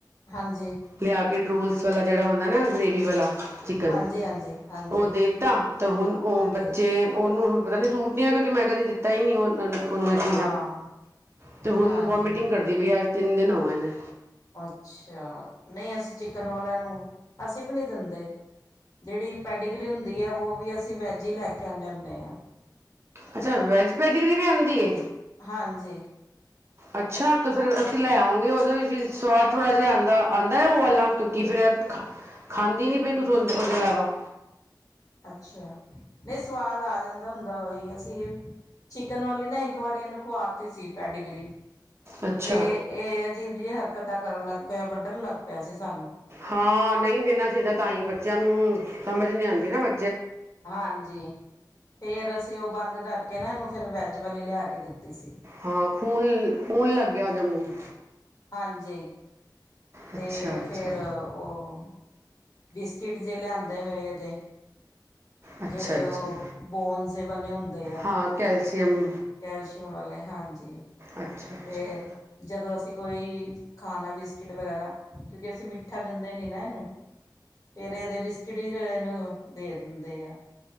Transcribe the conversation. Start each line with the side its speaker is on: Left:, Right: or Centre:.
Left: ਹਾਂਜੀ,
Right: ਲਿਆ ਕੇ ਡਰੋਲਸ ਜਿਹੜਾ ਹੁੰਦਾ ਨਾ ਗਰੇੇਵੀ ਵਾਲਾ ਚਿਕਨ
Left: ਹਾਂਜੀ-ਹਾਂਜੀ, ਹਾਂਜੀ,
Right: ਉਹ ਦੇ ਤਾ ਤੇ ਹੁਣ
Left: ਹਾਂਜੀ,
Right: ਬੱਚੇ ਉਹਨੂੰ ਪਤਾ ਨੀ ਸੂਟ ਆਉ ਕਿ ਮੈਂ ਕਦੀ ਦਿੱਤਾ ਹੀ ਨੀ ਉਹ ਨਾਲ ਉਹਨੂੰ ਇਹ ਚੀਜ਼ਾਂ
Left: ਹਾਂ।
Right: ਅਤੇ ਹੁਣ
Left: ਹਾਂਜੀ,
Right: ਵੋਮੀਟਿੰਗ ਕਰਦੀ ਪਈ ਅੱਜ ਤਿੰਨ ਦਿਨ ਹੋ ਗਏ ਨੇ
Left: ਅੱਛਾ ਨਹੀਂ ਅਸੀਂ ਚਿਕਨ ਬੱਚਿਆਂ ਨੂੰ ਅਸੀਂ ਵੀ ਨਹੀਂ ਦਿੰਦੇ ਜਿਹੜੀ ਪੈਟੀਗਰੀ ਹੁੰਦੀ ਹੈ ਉਹ ਵੀ ਅਸੀਂ ਵੈਜ ਹੀ ਲੈ ਕੇ ਆਉਂਦੇ ਹੁੰਦੇ ਹਾਂ
Right: ਅੱਛਾ ਵੈਜ ਕੈਟੀਗਰੀ ਵੀ ਆਉਂਦੀ ਆ
Left: ਹਾਂਜੀ।
Right: ਅੱਛਾ ਤਾਂ ਫਿਰ ਅਸੀਂ ਲੈ, ਆਵਾਂਗੇ ਉਹਦੇ ਫਿਰ ਸਵਾਦ ਥੋੜ੍ਹਾ ਜਿਹਾ! ਆਉਂਦਾ ਆਉਂਦਾ ਉਹ ਵਾਲਾ ਕਿਉਂਕਿ ਖਾਂਦੀ ਨਹੀਂ! ਪਈ ਕੁਛ ਉਹਦੇ ਇਲਾਵਾ
Left: ਅੱਛਾ ਨਹੀਂ ਸਵਾਦ ਆ ਜਾਂਦਾ ਹੁੰਦਾ ਹੀ ਚਿਕਨ ਵਾਲੀ ਨਾ ਇੱਕ ਵਾਰੀ ਇਹਨੂੰ ਖਵਾਤੀ ਸੀ ਪੈਡੀਗਰੀ
Right: ਅੱਛਾ
Left: ਤੇ ਇਹ ਅਜੀਬ ਜਿਹੀ ਹਰਕਤਾਂ ਕਰਨ ਲੱਗ ਪਿਆ ਵੱਢਣ ਲੱਗ ਪਿਆ ਪੈਸੇ ਸਾਨੂੰ
Right: ਹਾਂ ਨਹੀਂ ਦੇਣਾ ਚਾਹੀਦਾ ਤਾਂ ਬੱਚਿਆਂ ਨੂੰ ਸਮਝ ਨਹੀਂ ਆਉਂਦੀ ਕਿਨਾ ਮੈਂ
Left: ਹਾਂਜੀ ਫੇਰ ਅਸੀਂ ਉਹ ਬੰਦ ਕਰ ਦੀਤਾ ਇਹਨੂੰ ਫਿਰ ਵੈੱਜ ਵਾਲੀ ਲਿਆ ਕੇ ਦਿੱਤੀ ਸੀ
Right: ਹਾਂ ਖੂਨ ਖੂਨ ਲੱਗਿਆ ਉਦੇ ਮੂੰਹ ਨੂੰ!
Left: ਹਾਂਜੀ ਤੇ
Right: ਅੱਛਾ ਅੱਛਾ
Left: ਫੇਰ ਉਹ ਹੂ ਬਿਸਕੁਟ ਜੇ ਲਿਆਂਦੇ ਹੋਏ ਇਹਦੇ
Right: ਅੱਛਾ
Left: ਜਿਹੜੇ
Right: ਅੱਛਾ
Left: ਉਹ ਬੋਨਸ ਬਣੇ ਹੁੰਦੇ ਆ
Right: ਹਾਂ ਕੈਲਸ਼ੀਅਮ
Left: ਕੈਲਸ਼ੀਅਮ ਵਾਲੇ ਹਾਂਜੀ
Right: ਅੱਛਾ ਅੱਛਾ
Left: ਫੇਰ ਜਦੋਂ ਅਸੀਂ ਕੋਈ ਖਾਣਾ ਬਿਸਕਿਟ ਵਗੈਰਾ ਕਿਉਂਕਿ ਅਸੀਂ ਮਿੱਠਾ ਦਿੰਦੇ ਨੀ ਨਾ ਇਹਨੂੰ ਫੇਰ ਇਹਦੇ ਬਿਸਕਿਟ ਹੀ ਇਹਨੂੰ ਦੇ ਦਿੰਦੇ ਆ